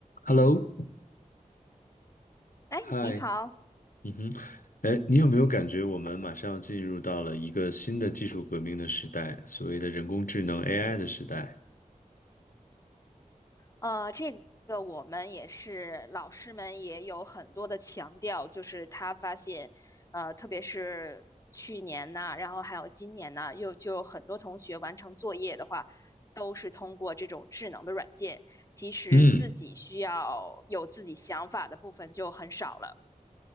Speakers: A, on the left (about 85°); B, on the left (about 25°).
A: Hello，
B: 哎，
A: 嗨，
B: 你好，
A: 嗯哼，哎，你有没有感觉我们马上进入到了一个新的技术革命的时代，所谓的人工智能 AI 的时代？
B: 呃，这个我们也是，老师们也有很多的强调，就是他发现，呃，特别是去年呐，然后还有今年呐，又就有很多同学完成作业的话，都是通过这种智能的软件，其实自己需要有自己想法的部分就很少了。
A: 嗯，